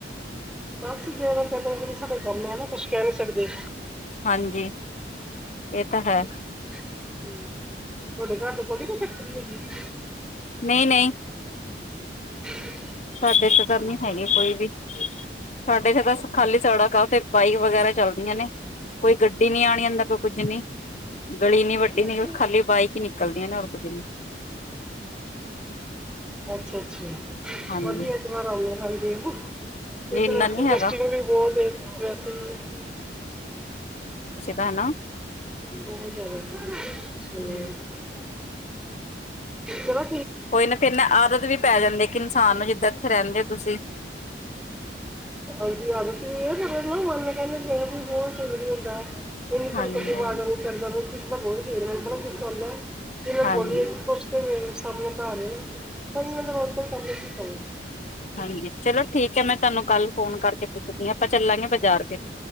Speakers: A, in the centre; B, on the left.
A: ਬਸ ਜੇ ਓਨਾ ਕਹਿਤਾ ਕਿ ਸਾਡਾ ਕੰਮ ਏ। ਨਾ ਕੁਝ ਕਹਿ ਨੀ ਸਕਦੇ।
B: ਹਾਂਜੀ ਏ ਤਾਂ ਹੈ।
A: ਤੁਹਾਡੇ ਘਰ ਦੇ ਕੋਲ ਵੀ ਕੋਈ ਫੈਕਟਰੀ ਹੈਗੀ? <inaudible>
B: ਨਹੀਂ ਨਹੀਂ।
A: <inaudible>
B: ਸਾਡੇ
A: ਅੱਛਾ
B: ਚ ਏਧਰ ਨੀ ਹੈਗੇ ਕੋਈ ਵੀ। ਸਾਡੇ ਚ ਤਾਂ ਖਾਲੀ ਸੜਕ ਆ। ਤੇ ਬਾਈ ਕ ਵਗੈਰਾ ਚੱਲਦੀਆਂ ਨੇ। ਕੋਈ ਗੱਡੀ ਨੀ ਆਣੀ ਅੰਦਰ। ਕੋਈ ਕੁੱਝ ਨੀ ਗਲੀ ਇਨੀ ਵੱਡੀ
A: ਅੱਛਾ
B: ਨੀ, ਖਾਲੀ ਬਾਈਕ ਈ ਨਿਕਲਦੀਆਂ ਨੇ ਹੋਰ ਕੁਝ ਨੀ।
A: ਅੱਛਾ ਅੱਛਾ।
B: ਹਾਂਜੀ-ਹਾਂਜੀ
A: ਵਧੀਆ ਐਤਵਾਰ ਆ ਗਿਆ ਕੱਲ। <inaudible> ਇਥੇ ਵੈਸੇ
B: ਇੰਨਾ ਨੀ ਹੈਗਾ
A: ਜਸ਼ਟੀ ਵੀ ਬਹੁਤ ਏ, ਵੈਸੇ। ਤੇ
B: ਹੈ ਨਾ।
A: <unintelligible>
B: ਹੂੰ
A: ਚੱਲੋ
B: ਕੋਈ ਨਾ ਫੇਰ ਨਾ ਆਦਤ ਵੀ ਪੈ ਜਾਂਦੀ ਇਕ ਇਨਸਾਨ ਨੂੰ ਜਿੱਦਾਂ ਇੱਥੇ ਰਹਿੰਦੇ ਹੋ ਤੁਸੀਂ।
A: ਹਾਂਜੀ ਹਾਂਜੀ, ੳ ਤਾਂ ਹੈ। <unintelligible> ਇੰਨੀ ਕੜਕੇ
B: ਹਾਂਜੀ
A: ਦੀ ਆਵਾਜ਼ਾਂ
B: ਹਾਂਜੀ
A: ਚੜ੍ਹਦਾ ਵੇਂ ਪੀੜ ਮਨ ਬੜਾ ਗੁੱਸਾ ਆਂਦੇ
B: ਹਾਂਜੀ
A: ਕੁੱਛ ਮੇਰੇ ਸਾਹਮਣੇ ਪਾ ਰਹੇ ਆ ਪਰ ਇਹਨਾਂ ਦਾ <inaudible>
B: ਹਾਂਜੀ ਚਲੋ ਠੀਕ ਹੈ। ਮੈਂ ਤੁਹਾਨੂੰ ਕੱਲ ਫੋਨ ਕਰਕੇ ਪੁੱਛਦੀ ਆ ਆਪਾਂ ਚੱਲਾਂਗੇ ਬਾਜ਼ਾਰ ਫੇਰ।